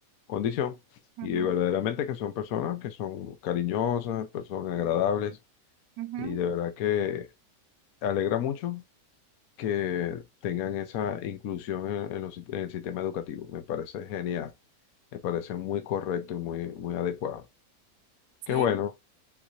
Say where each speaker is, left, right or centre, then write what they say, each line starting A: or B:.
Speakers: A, on the left; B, on the right.
A: condición
B: Ujú,
A: y verdaderamente que son personas que son cariñosas, personas agradables
B: ujú.
A: y de verdad que alegra mucho que tengan esa inclusión en, en los- sit- en el sistema educativo. Me parece genial, me parece muy correcto y muy, muy adecuado.
B: Sí,
A: Qué bueno.
B: pues,